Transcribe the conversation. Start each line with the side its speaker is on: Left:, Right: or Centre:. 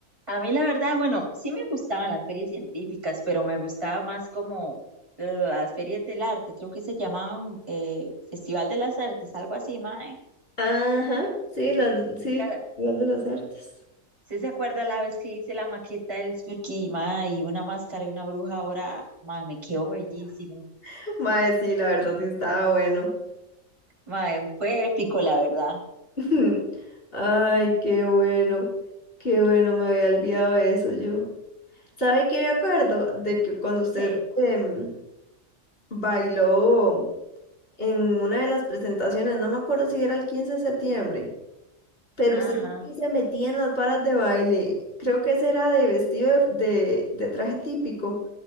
Right: A mí la verdad, bueno, sí me gustaban las ferias científicas, pero me gustaba más como las ferias del arte, creo que se llamaban eh, Festival de las Artes, algo así, mae.
Left: Ajá, sí, las,
Right: ¿Sí
Left: sí,
Right: se, a-
Left: el Festival de las Artes.
Right: sí se acuerda la vez que hice la maqueta del Spooky, mae, y una máscara y una bruja ahora, mae, me quedó bellísimo.
Left: <laughs> Mae, sí, la verdad sí estaba bueno.
Right: Mae, fue épico, la verdad.
Left: <laughs> Ay, qué bueno, qué bueno, me había olvidado de eso yo. ¿Sabe qué me acuerdo? De que cuando usted
Right: ¿Qué?
Left: em, bailó en una de las presentaciones, no me acuerdo si era el 15 de septiembre, pero
Right: Ajá,
Left: usted dijo que se metía en las varas de baile. Creo que ese era de vestido de, de- de traje típico.